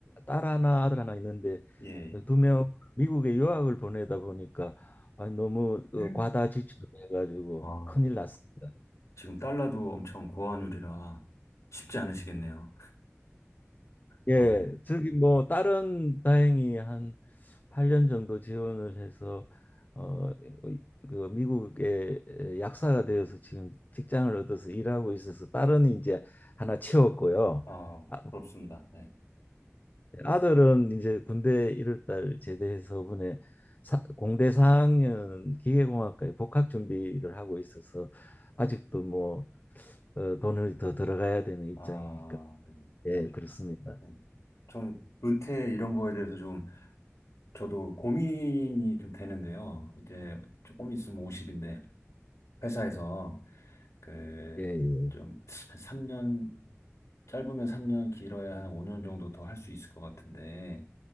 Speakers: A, on the left (about 35°); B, on the left (about 80°).
A: 딸 하나 아들 하나 있는데
B: 예.
A: 두 명 미국에 유학을 보내다 보니까 아, 너무 어,
B: 예.
A: 과다 지출을 해가지고
B: 와,
A: 큰일 났습니다.
B: 지금 달러도 엄청 고환율이라 쉽지 않으시겠네요.
A: 예,
B: 아,
A: 저기 뭐 딸은 다행히 한 8년 정도 지원을 해서 어, 그 미국의 약사가 되어서 지금 직장을 얻어서 일하고 있어서 딸은 이제 하나 채웠고요.
B: 아,
A: 아,
B: 부럽습니다. 네.
A: 아들은 이제 군대 1월달 제대해서 이번에 사, 공대 4학년 기계공학과에 복학 준비를 하고 있어서 아직도 뭐 어, 돈을 더 들어가야 되는 입장이니까
B: 아, 네. 네.
A: 예
B: 그렇죠.
A: 그렇습니다.
B: 음. 저는 은퇴 이런 거에 대해서 좀 저도 고민이 좀 되는데요. 이제 조금 있으면 50인데 회사에서 그
A: 예, 예.
B: 좀 한 3년 짧으면 3년 길어야 한 5년 정도 더 할 수 있을 것 같은데